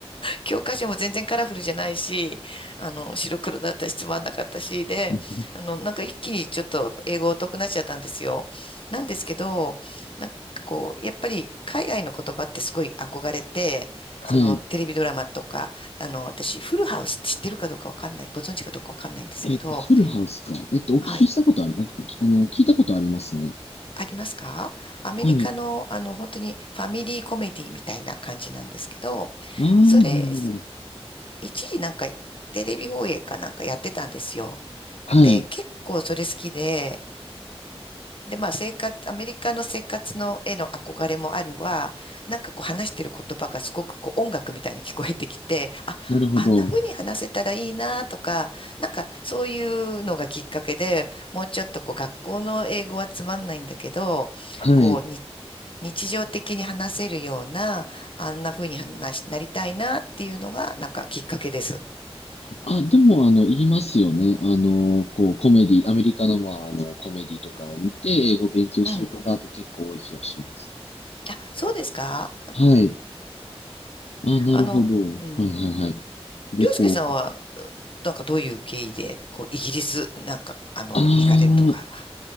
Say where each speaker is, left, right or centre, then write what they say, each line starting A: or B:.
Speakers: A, on the left; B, on the left.
A: 教科書も全然カラフルじゃないし、あの、白黒だったしつまんなかったし、で、
B: <laughs>
A: あの、なんか一気にちょっと英語疎くなっちゃったんですよ。なんですけど、なんかこう、やっぱり海外の言葉ってすごい憧れて、
B: はい。
A: そのテレビドラマとか、あの、私、フルハウスって知ってるかどうかわかんない、ご存知かどうかわかんないんですけど、
B: えっと、フルハウスか。えっと、お聞きしたことあり、
A: はい。
B: あ、きあの、聞いたことありますね。
A: ありますかアメリカの、
B: はい。
A: あの、本当にファミリーコメディみたいな感じなんですけど、
B: ああ、
A: それ、
B: なるほど。
A: 一時なんかテレビ放映かなんかやってたんですよ。
B: はい。
A: で、結構それ好きで、で、まあ生活、アメリカの生活のへの憧れもあるわ、なんかこう話してる言葉がすごくこう音楽みたいに聞こえてきて、あ、
B: なるほど。
A: あんな風に話せたらいいなとか、なんかそういうのがきっかけで、もうちょっとこう学校の英語はつまんないんだけど、
B: はい。
A: こうに日常的に話せるような、あんな風に話しなりたいなっていうのがなんかきっかけです。
B: あ、でも、あの、言いますよね。あの、こう、コメディ、アメリカの、まあ、あの、コメディとかを見て、英語を勉強する方って結構多い気がします。
A: うん。あ、そうですか
B: はい。あ、なるほど。
A: あの、
B: はいはいはい。
A: うん。
B: で、
A: りょうすけさんは、
B: こう、
A: なんかどういう経緯で、こう、イギリス、なんか、あの、
B: あ
A: 行かれるとか。